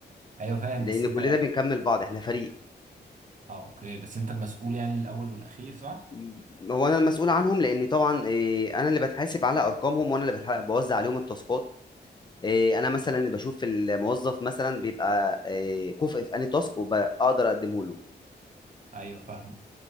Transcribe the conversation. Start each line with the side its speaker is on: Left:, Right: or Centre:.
Right: ايوه فاهم
Left: لأن
Right: بس انت
Left: كلنا بنكمل بعض إحنا فريق
Right: اه اوكي بس انت المسؤول يعني الاول والاخير صح
Left: م- هو أنا المسؤول عنهم لأن طبعا آه، أنا اللي بتحاسب على أرقامهم وأنا اللي بتح- بوزع عليهم التاسكات إيه، انا مثلا بشوف الموظف مثلا بيبقى إيه، كفء في انهي تاسك وبقدر اقدمه له
Right: ايوه فاهمك